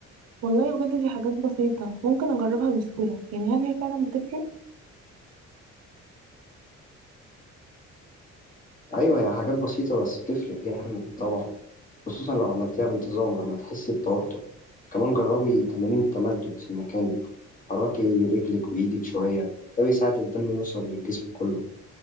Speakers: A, on the right; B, on the left.
A: والله بجد دي حاجات بسيطه ممكن اجربها بسهوله يعني هل هي فعلا بتفرق
B: أيوة هي حاجات بسيطة بس بتفرق جامد طبعا خصوصا لو عملتيها بانتظام لما تحسي بتوتر كمان جربي تمارين التمدد في مكانك حركي رجلك وإيدك شوية ده بيساعد الدم يوصل للجسم كله